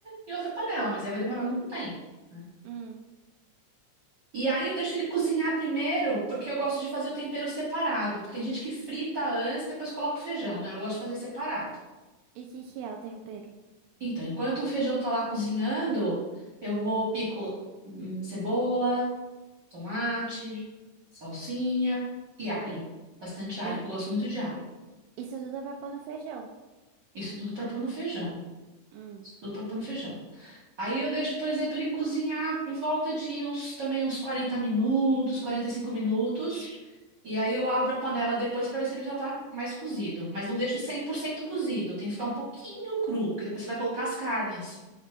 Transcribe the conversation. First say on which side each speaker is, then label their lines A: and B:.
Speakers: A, on the right; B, on the right.
A: em outra panela, mas aí vai demorar muito tempo. né?
B: Hum.
A: E aí eu deixo ele cozinhar primeiro, porque eu gosto de fazer o tempero separado. Porque tem gente que frita antes, depois coloca o feijão, né? Eu gosto de fazer separado.
B: E o que que é o tempero?
A: Então, enquanto o feijão tá lá cozinhando, eu vou pico hum, cebola, tomate, salsinha e alho. Bastante alho,
B: I-
A: que eu gosto muito de alho.
B: Isso tudo é pra pôr no feijão.
A: Isso tudo para pôr no feijão.
B: Hum.
A: Isso tudo para pôr no feijão. Aí eu deixo, por exemplo, ele cozinhar em volta de uns também uns 40 minutos, 45 minutos. E aí eu abro a panela depois para ver se ele já tá mais cozido, mas não deixo 100% cozido, tem que ficar um pouquinho cru, porque depois você vai colocar as carnes,